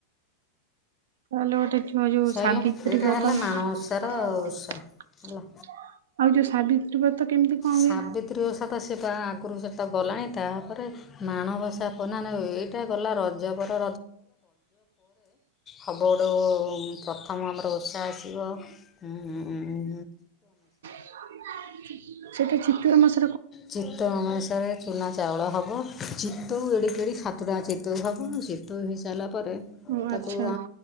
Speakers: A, on the right; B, on the left.
A: ତାହେଲେ ଗୋଟେ ଯୋ ଯୋଉ
B: ସରିଲା
A: ସାବିତ୍ରୀ
B: ଏଇଟା
A: ବ୍ରତ
B: ହେଲା
A: ଆଉ
B: ମାଣଓସାର ଓଷା ହେଲା
A: ଯୋଉ ସାବିତ୍ରୀ ବ୍ରତ କେମିତି କଣ ହୁଏ?
B: ସାବିତ୍ରୀ ଓଷା ତ ସେ ବା ଆଗରୁ ସେଟା ଗଲାଣି ତା'ପରେ ମାଣବସା ପୂର୍ଣ୍ଣ ଏଇଟା ଗଲା ରଜ ପରେ ସବୁଠୁ ପ୍ରଥମେ ଆମର ଓଷା ଆସିବ ଉଁ
A: <inaudible> ସେଠି ଚିତଉ ଅମାସିଆ
B: ଚିତୋଉ ଅମାସାରେ ଚୂନା ଚାଉଳ ହବ ଚିତୋଉ ଏଡ଼ିକି ଏଡିକି ସାତୁଟା ଚିତୋଉ ହବ ଚିତୋଉ ହେଇସାରିଲା ପରେ
A: ଓ
B: ତାକୁ
A: ଆଚ୍ଛା